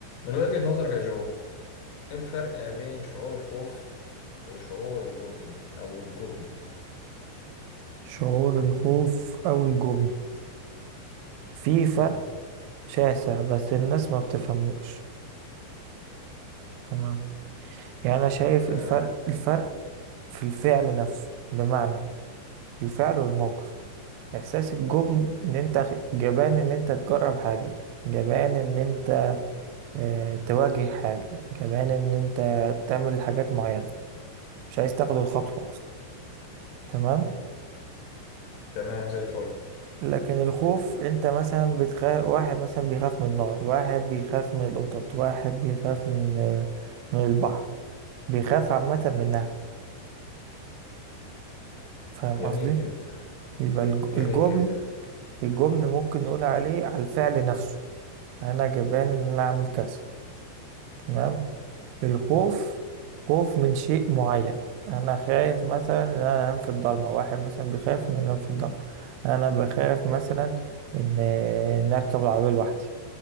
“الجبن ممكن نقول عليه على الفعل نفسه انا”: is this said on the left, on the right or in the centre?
Right